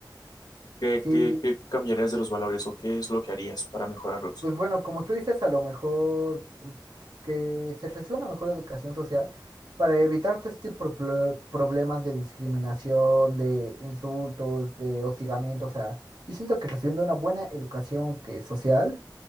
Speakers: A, on the left; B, on the right.
A: ¿Qué,
B: Sí,
A: qué, qué cambiarías de los valores o qué es lo que harías para mejorarlos?
B: Pues bueno, como tú dices, a lo mejor mm, que se reciba una mejor educación social para evitar todo este pro- pro- problemas de discriminación, de insultos, de hostigamiento, o sea, yo siento que recibiendo una buena educación que social,